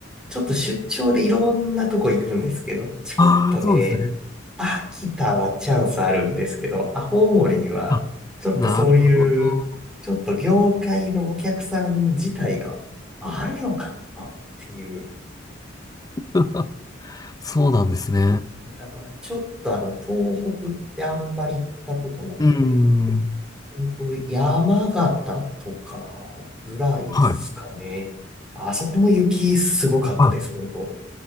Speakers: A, in the centre; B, on the left.
A: ちょっと出張でいろんなとこ行くんですけど、ちょっとね、
B: ああ、そうですね。
A: 秋田はチャンスあるんですけど、青森は、
B: あ、
A: ちょっとそういう、
B: なるほど。
A: ちょっと業界のお客さん自体があるのかなっていう。
B: <laughs> そうなんですね。
A: だからちょっとあの、東北ってあんまり行ったことなくて、
B: うーん。
A: 本当山形とかぐらいですかね。
B: はい。
A: あそこも雪すごかったです、
B: あ、
A: 本当。